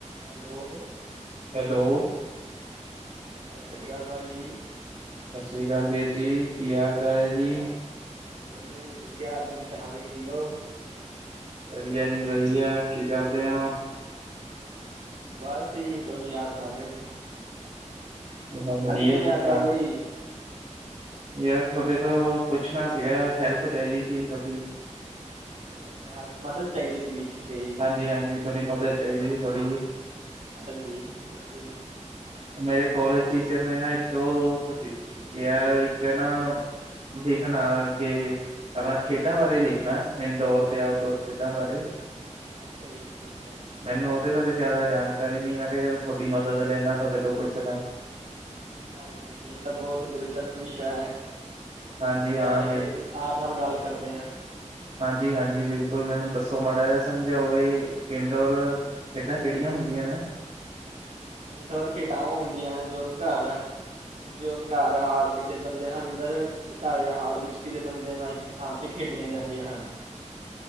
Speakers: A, on the right; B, on the right.
A: Hello.
B: Hello.
A: ਸਸਰੀ ਅਕਾਲ ਭਾਜੀ।
B: ਸਸਰੀ ਅਕਾਲ ਵੀਰ ਜੀ ਕੀ ਹਾਲ ਚਾਲ ਐ ਜੀ।
A: ਵਧੀਆ ਜੀ- ਵਧੀਆ, ਤੁਸੀਂ ਸੁਣਾਓ ਜੀ ਠੀਕ ਹੋ?
B: ਵਧੀਆ ਜੀ-ਵਧੀਆ ਕੀ ਕਰਦੇ ਹੋ?
A: ਬਸ ਜੀ ਤੁਹਾਨੂੰ ਯਾਦ ਕਰ ਰਹੇ ਸੀ।
B: ਹੋ? ਵਧੀਆ
A: ਅੱਜ ਕਿਵੇਂ
B: ਕੀਤਾ।
A: ਯਾਦ ਕਰ ਲਿਆ ਜੀ।
B: ਯਾਰ ਤੁਹਾਡੇ ਤੋਂ ਪੁੱਛਣਾ ਸੀਗਾ, ਹੈਲਪ ਚਾਹੀਦੀ ਸੀਗੀ ਤੁਹਾਡੀ
A: ਅੱਛਾ ਹੈਲਪ, ਮਦਦ ਚਾਹੀਦੀ ਸੀਗੀ। ਠੀਕ ਹੈ ਜੀ
B: ਹਾਂਜੀ-ਹਾਜੀ ਤੁਹਾਡੀ ਮਦਦ ਚਾਹੀਦੀ ਸੀ ਥੋੜ੍ਹੀ ਜੀ।
A: ਹਾਂਜੀ ਦੱਸੋ ਜੀ।
B: ਮੇਰੇ ਕੋਲਜ ਟੀਚਰ ਨੇ ਨਾ ਇੱਕ ਉਹ ਕਿਹਾ ਇੱਕ ਨਾ ਦੇਖਣਾ ਅੱਗੇ ਆਪਣਾ ਖੇਡਾਂ ਬਾਰੇ ਲਿਖਣਾ ਇੰਨਡੋਰ ਤੇ ਆਊਟਡੋਰ ਖੇਡਾਂ ਬਾਰੇ
A: ਅੱਛਾ ਜੀ ਠੀਕ ਐ।
B: ਮੈਨੂੰ ਉਹਦੇ ਬਾਰੇ ਜ਼ਿਆਦਾ ਜਾਣਕਾਰੀ ਨੀ ਮੈਂ ਕਿਹਾ ਚੱਲ ਤੁਹਾਡੀ ਮਦਦ ਲੈਦਾ ਤੁਹਾਡੇ ਤੋਂ ਪੁੱਛਦਾ
A: ਹਾਂਜੀ ਇਹ ਤਾਂ ਬਹੁਤ ਦਿਲਚਸਪ ਵਿਸ਼ਾ ਹੈ
B: ਹਾਂਜੀ
A: ਇਸ
B: ਹਾਂ,
A: ਵਿਥ ਨਾਲ ਗੱਲ ਕਰਦੇ ਆ।
B: ਹਾਂਜੀ-ਹਾਂਜੀ ਬਿਲਕੁਲ ਮੈਨੂੰ ਦੱਸੋ ਮਾੜਾ ਜ ਸਮਝਾਓ ਇਹ ਇੰਡੋਰ ਖੇਡਾਂ ਕਿਹੜੀਆਂ ਹੁੰਦੀਆਂ ਨੇ।
A: ਇੰਡੋਰ ਖੇਡਾਂ ਹੁੰਦੀਆਂ ਜੋ ਘਰ ਆ। ਜੋ ਘਰ ਹਾਲ ਕਿਸੇ ਬੰਦੇ ਅੰਦਰ ਘਰ ਹਾਲ ਵਿੱਚ ਕਿਸੇ ਬੰਦੇ ਨਾਲ ਇੱਕ ਥਾਂ 'ਤੇ ਖੇਡੀਆਂ ਜਾਂਦੀਆਂ ਹਨ।